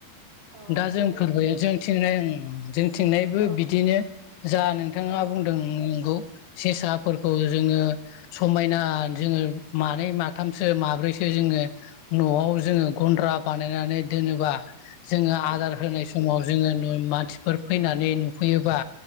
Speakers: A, on the right; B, on the left.
A: औ
B: दा जों
A: बेबायदिनो
B: फोरबो जों थिंनाय आं जों थिंनायबो
A: औ
B: बिदिनो जा नोंथाङा
A: औ
B: बुंदों नंगौ सेसाफोरखौ जोङो समायना जोङो मानै माथामसो माब्रैसो जोङो न'आव जोङो गन्द्रा बानायनानै दोनोबा जोङो
A: औ
B: आदार होनाय समाव जोङो मानसिफोर फैनानै नुफैयोबा